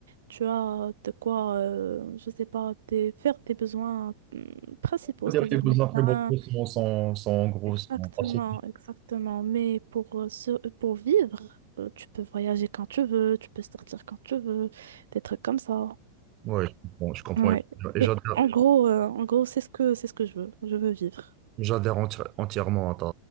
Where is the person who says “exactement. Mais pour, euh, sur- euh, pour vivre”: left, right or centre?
Right